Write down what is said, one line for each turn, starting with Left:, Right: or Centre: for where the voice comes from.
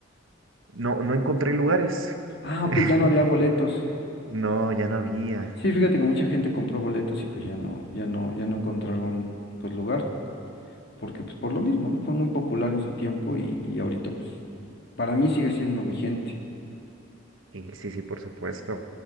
Right: no, no encontré lugares.
Left: Ah, ok,
Right: <laughs>
Left: ya no había boletos.
Right: No, ya no había.
Left: Sí, fíjate que mucha gente compró boletos y pues ya no, ya no, ya no encontraron pues lugar, porque pues por lo mismo, ¿no? Fue muy popular en su tiempo y, y ahorita pues para mí sigue siendo vigente.
Right: Sí, sí, sí, por supuesto.